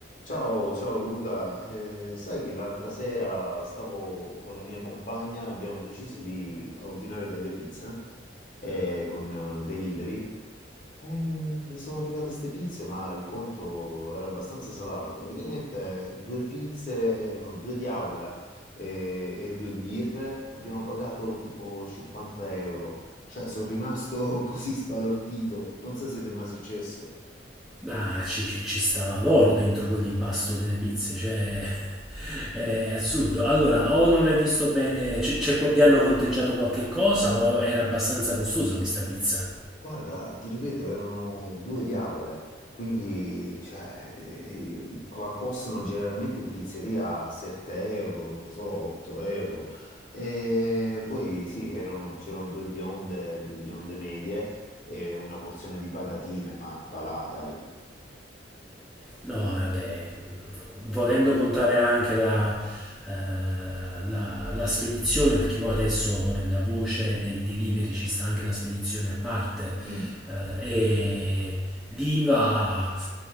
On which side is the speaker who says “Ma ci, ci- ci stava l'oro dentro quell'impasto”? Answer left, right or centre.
Centre